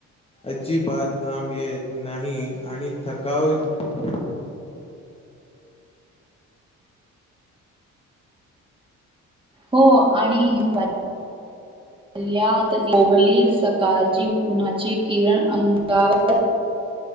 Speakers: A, on the left; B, on the right.
A: अजिबात घाम येत नाही आणि थकाव जानवत नाही.
B: हो आणि हिवाळी सकाळची उन्हाची किरण अंगावर